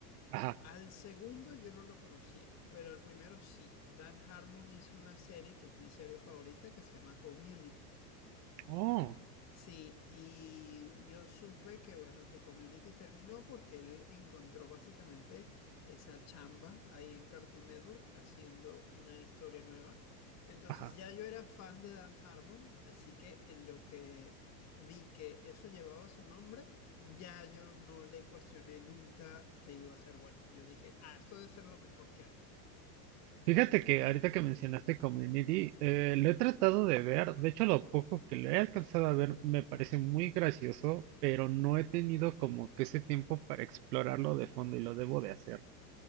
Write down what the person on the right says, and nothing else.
Ajá.
Oh,
ajá.
Fíjate que ahorita que mencionaste Community, eh, lo he tratado de ver. De hecho, lo poco que lo he alcanzado a ver me parece muy gracioso, pero no he tenido como que ese tiempo para explorarlo de fondo y lo debo de hacer.